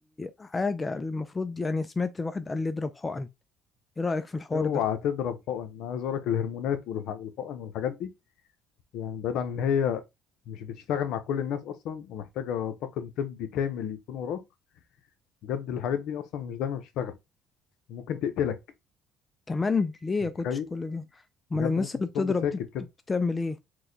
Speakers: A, on the left; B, on the left.
A: حاجه المفروض يعني سمعت واحد قال لي اضرب حقن ايه رايك في الحوار
B: اوعى
A: ده
B: تضرب حقن انا عايز اقولك الهرمونات والح- والحقن والحاجات دي يعني بعيد عن ان هي مش بتشتغل مع كل الناس اصلا ومحتاجه طاقم طبي كامل يكون وراك بجد الحاجات دي اصلا مش دايما بتشتغل وممكن تقتلك
A: كمان ليه
B: انت
A: يا كوتش
B: متخيل
A: كل ده
B: بجد
A: امال الناس
B: ممكن
A: اللي
B: تطب
A: بتضرب
B: ساكت
A: دي
B: كده
A: بت- بتعمل ايه